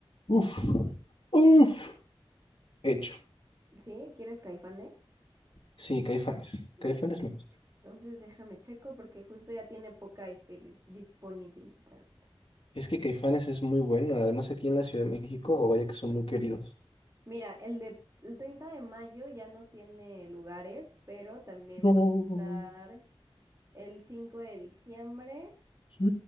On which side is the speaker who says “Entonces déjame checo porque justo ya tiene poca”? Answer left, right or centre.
Right